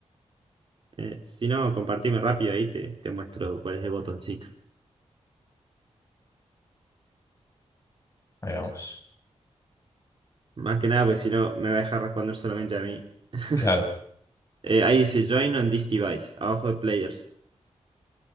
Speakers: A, on the right; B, on the left.
A: Eh, si no, compartime rápido ahí, te, te muestro cuál es el botoncito.
B: Ahí vamos.
A: Más que nada, porque si no, me va a dejar responder solamente a mí. <laughs>
B: Claro.
A: Eh, ahí dice join on this device, abajo de players.